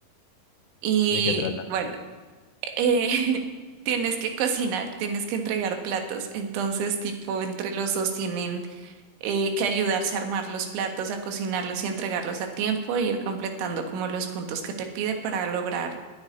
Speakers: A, on the right; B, on the left.
A: Y
B: de qué trata?
A: bueno, eh, <laughs> tienes que cocinar, tienes que entregar platos. Entonces, tipo, entre los dos tienen eh, que ayudarse a armar los platos, a cocinarlos y entregarlos a tiempo, e ir completando como los puntos que te pide para lograr